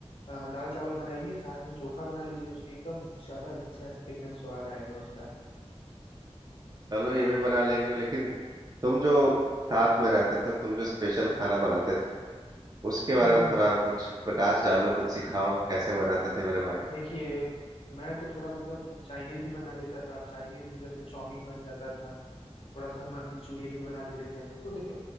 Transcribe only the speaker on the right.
चलो ये भी बना लेंगे लेकिन तुम जो साथ में रहते थे तुम जो स्पेशल खाना बनाते थे उसके बारे
में
थोड़ा कुछ प्रकाश डालो कुछ सिखाओ कैसे बनाते थे मेरे भाई